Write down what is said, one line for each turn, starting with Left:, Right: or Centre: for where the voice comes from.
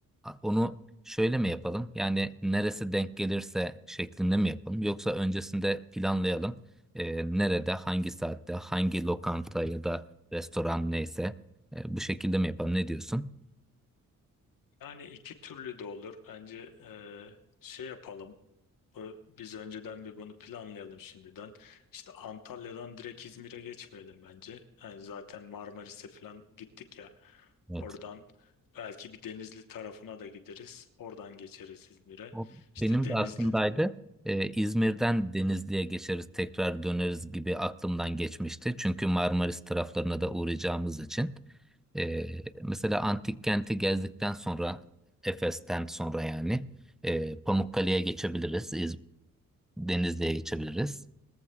Centre: Onu şöyle mi yapalım? Yani neresi denk gelirse şeklinde mi yapalım? Yoksa öncesinde planlayalım. Ee, nerede, hangi saatte, hangi lokanta ya da restoran neyse e, bu şekilde mi yapalım? Ne diyorsun?
Left: Yani iki türlü de olur. Bence e, şey yapalım. Bu- Biz önceden bir bunu planlayalım şimdiden. İşte Antalya'dan direkt İzmir'e geçmeyelim bence. Yani zaten Marmaris'e falan gittik ya.
Centre: Evet.
Left: Oradan belki bir Denizli tarafına da gideriz. Oradan geçeriz İzmir'e.
Centre: O
Left: İşte
Centre: Benim
Left: Denizli
Centre: de aklımdaydı. Ee, İzmir'den Denizli'ye geçeriz, tekrar döneriz gibi aklımdan geçmişti. Çünkü Marmaris taraflarına da uğrayacağımız için. Ee, mesela antik kenti gezdikten sonra, Efes'ten sonra yani e, Pamukkale'ye geçebiliriz, İz- Denizli'ye geçebiliriz.